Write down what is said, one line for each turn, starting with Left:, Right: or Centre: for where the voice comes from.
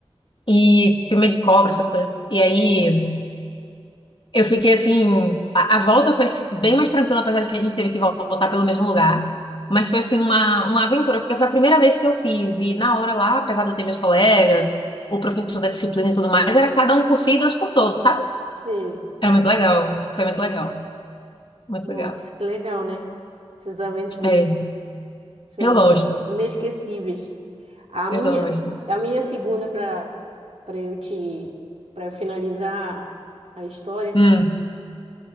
Left: E tenho medo de cobra, essas coisas. E aí. Eu fiquei assim. A, a volta foi bem mais tranquila, apesar de que a gente teve que voltar pelo mesmo lugar. Mas foi assim uma, uma aventura, porque foi a primeira vez que eu fiz. E na hora lá, apesar de eu ter meus colegas, o professor da disciplina e tudo mais, era cada um por si e Deus por todos, sabe?
Right: sei.
Left: Era muito legal. Foi muito legal. Muito
Right: Nossa,
Left: legal.
Right: que legal, né? Essas aventuras.
Left: É,
Right: São
Left: eu gosto.
Right: inesquecíveis. A minha,
Left: Eu gosto.
Right: a minha segunda para para eu te para eu finalizar a história,
Left: Hum.